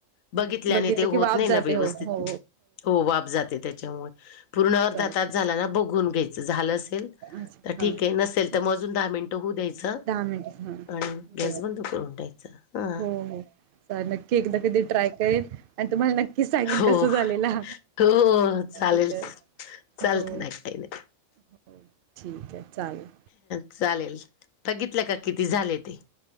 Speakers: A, on the left; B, on the right.
A: बघितल्याने
B: बघितलं
A: ते
B: की
A: होत
B: वाफ
A: नाही
B: जाते
A: ना व्यवस्थित
B: हो हो
A: हो वाफ जाते तेच्यामुळे. पूर्ण अर्धा
B: चालतंय
A: तास झाला ना बघून घ्यायचं झालं असेल.
B: अच्छा
A: तर ठीक
B: हां
A: आहे नसेल तर मग अजून दहा मिनटं होऊ द्यायचं,
B: दहा मिनिट हां
A: आणि गॅस
B: बरं
A: बंद करून टाक चा आ..
B: हो हो नक्की एकदा कधी ट्राय करेन आणि, तुम्हाला नक्कीच सांगेन
A: हो
B: कसं झालेला.
A: हो चालेल
B: ठीक आहे
A: चालत
B: हो
A: ना काय नाही.
B: हो ठीक आहे चालेल.
A: चालेल बघितलं का किती झाले ते.